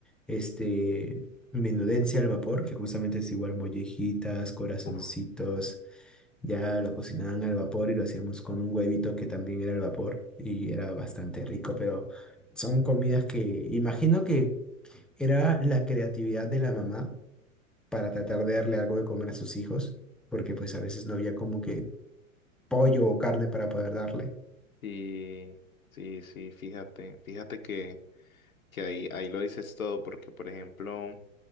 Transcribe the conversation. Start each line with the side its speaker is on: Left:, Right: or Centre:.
Centre: este, menudencia al vapor, que justamente es igual mollejitas, corazoncitos.
Left: Uf.
Centre: Ya lo cocinaban al vapor y lo hacíamos con un huevito que también era al vapor y era bastante rico, pero son comidas que imagino que era la creatividad de la mamá para tratar de darle algo de comer a sus hijos, porque pues a veces no había como que pollo o carne para poder darle.
Left: Sí, sí, sí, fíjate, fíjate que, que ahí, ahí lo dices todo, porque por ejemplo,